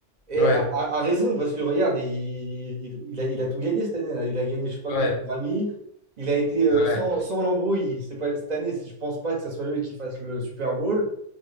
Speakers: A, on the right; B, on the left.
A: Et
B: ouais,
A: a, a- a raison, parce que regarde, il, il- il a, il a tout gagné cette année. hein. Il a gagné, je sais pas
B: ouais,
A: combien de Grammy. Il a été euh,
B: ouais.
A: sans, sans l'embrouille. C'est pas, cette année, c'est- je pense pas que ce soit lui qui fasse le Super Bowl.